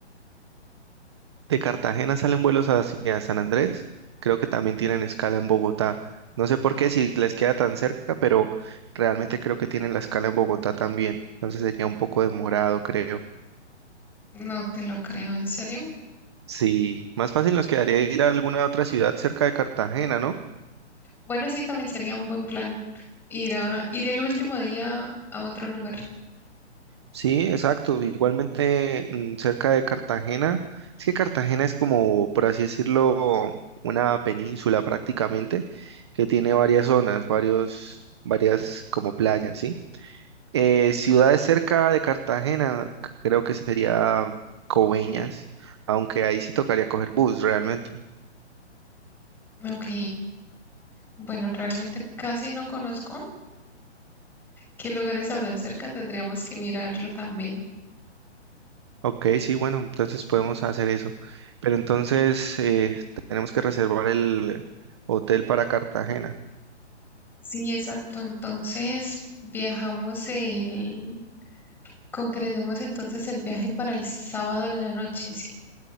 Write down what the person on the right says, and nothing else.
De Cartagena salen vuelos hacia San Andrés. Creo que también tienen escala en Bogotá. No sé por qué si les queda tan cerca, pero realmente creo que tienen la escala en Bogotá también. Entonces sería un poco demorado, creo.
Sí, más fácil nos quedaría ir a alguna otra ciudad cerca de Cartagena, ¿no?
Sí, exacto. Igualmente mm, cerca de Cartagena. Es que Cartagena es como, por así decirlo, una península prácticamente que tiene varias zonas, varios, varias como playas, ¿sí? Eh, ciudades cerca de Cartagena, c- creo que sería Coveñas, aunque ahí sí tocaría coger bus realmente.
Ok, sí, bueno, entonces podemos hacer eso. Pero entonces eh, tenemos que reservar el hotel para Cartagena.